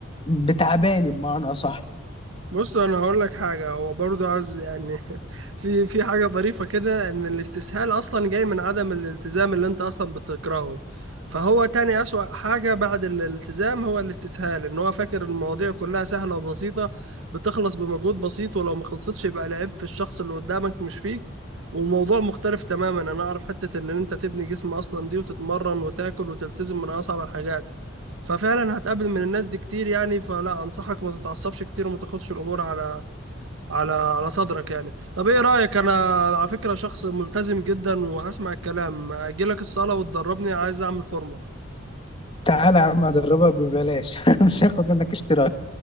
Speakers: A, on the left; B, on the right.
A: بتعباني بمعنى اصح
B: بص انا هقول لك حاجه هو برضه عايز يعني <laughs> في في حاجه ظريفه كده ان الاستسهال اصلا جاي من عدم الالتزام اللي انت اصلا بتكرهه فهو تاني اسوأ حاجه بعد الالتزام هو الاستسهال ان هو فاكر المواضيع كلها سهله وبسيطه بتخلص بمجهود بسيط ولو ما خلصتش يبقى العيب في الشخص اللي قدامك مش فيك والموضوع مختلف تماما انا اعرف حته ان انت تبني جسم اصلا دي وتتمرن وتاكل وتلتزم من اصعب الحاجات ففعلا هتقابل من الناس دي كتير يعني فلا انصحك ما تتعصبش كتير وما تاخدش الامور على على على صدرك يعني طب ايه رايك انا على فكره شخص ملتزم جدا وهسمع الكلام اجي لك الصاله وتدربني عايز اعمل فورمه
A: تعالى يا عم ادربك ببلاش <laughs> مش هاخد منك اشتراك